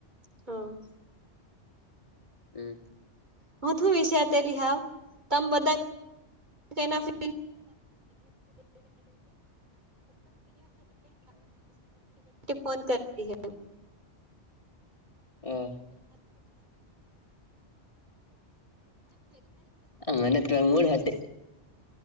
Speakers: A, on the right; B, on the left.
A: હા
B: હમ
A: હું શું વિશે અત લહાવ તમ બધા ફોન કરતી હ
B: હમ હ મનેત્ર મૂળાતે